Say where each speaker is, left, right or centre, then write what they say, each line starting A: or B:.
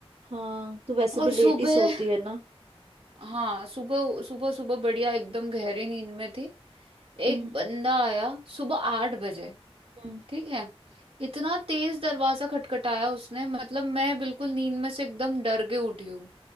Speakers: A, on the right; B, on the right.
A: हाँ तू वैसे
B: और
A: भी लेट
B: सुबह
A: ही सोती है ना
B: हाँ सुबह सुबह सुबह बढ़िया एकदम गहरी नींद में थी
A: हम्म
B: एक बंदा आया सुबह आठ बजे
A: हम्म
B: ठीक है इतना तेज दरवाजा खटखटाया उसने मतलब मैं बिल्कुल नींद में से एकदम डर के उठी हूँ